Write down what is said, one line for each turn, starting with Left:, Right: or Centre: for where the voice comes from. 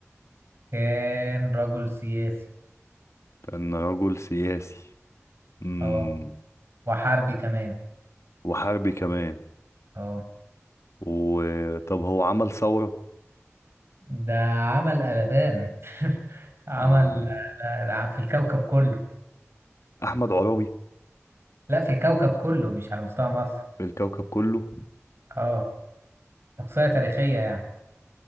Right: كان رجل سياسي
Left: كان رجل سياسي مم.
Right: اه وحربي كمان
Left: وحربي كمان
Right: اه
Left: وطب هو عمل ثورة؟
Right: ده عمل قلبان <laughs> عمل
Left: آه،
Right: ده ده في الكوكب كله
Left: أحمد عرابي
Right: لا في الكوكب كله مش على مستوى مصر
Left: في الكوكب كله
Right: اه شخصية تاريخية يعني